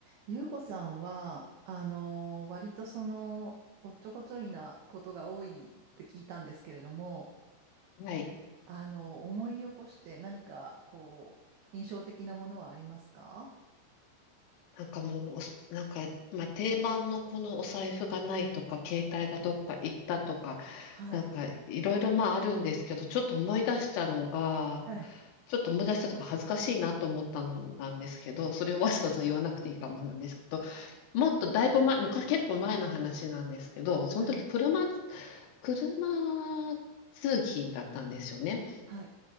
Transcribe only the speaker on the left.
はい。
なんかもうおす、なんか、まあ、定番のこのお財布がないとか、携帯がどっか行ったとか、
なんかいろいろまああるんですけど、ちょっと思い出したのが、
ちょっと思い出したとか恥ずかしいなと思ったのなんですけど、それをわざわざ言わなくていいかもなんですけど、
もっとだいぶ前、昔結構前の話なんですけど、その時車、
車通勤だったんですよね。